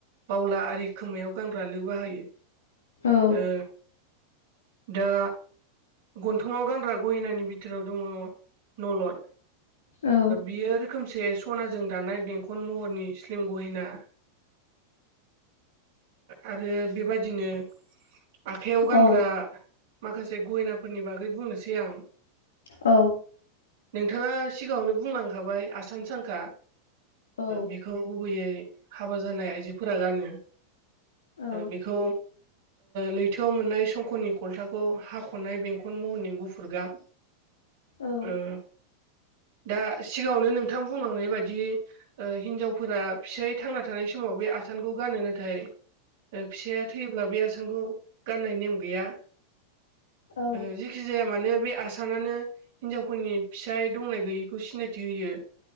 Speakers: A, on the right; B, on the left.
A: बावला आरि खोमायाव गानग्रा लु बाहायो।
B: औ
A: ओ दा गन्थंआव गानग्रा गहनानि बिथोराव दङ नलद।
B: औ
A: बियो रोखोम से सनाजों दानाय बेंखन महरनि स्लिम गहेना। आरो बेबादिनो आखाइयाव गानग्रा
B: औ
A: माखासे गहेनाफोरनि बागै बुंनोसै आं।
B: औ।
A: नोंथाङा सिगाङावनो बुंलांखाबाय आसान सांखा।
B: औ
A: बेखौ गुबैयै हाबा जानाय आइजोफोरा गानो।
B: औ
A: बेखौ लैथोआव मोननाय संख'नि खलथाखौ हाख'नाय बेंखन महरनि गुफुर गाब
B: औ
A: ओ। दा सिगाङावनो नोंथां बुंलांनाय बायदि हिनजावफोरा फिसाय थांना थानाय समाव बे आसानखौ गानो। नाथाय फिसाया थैयोब्ला बे आसानखौ गाननाय नेम गैया।
B: औ
A: ओ जि जिखि जाया मानो बे आसानानो हिन्जावफोरनि फिसाइ दंनाय गैयैखौ सिनायथि होयो।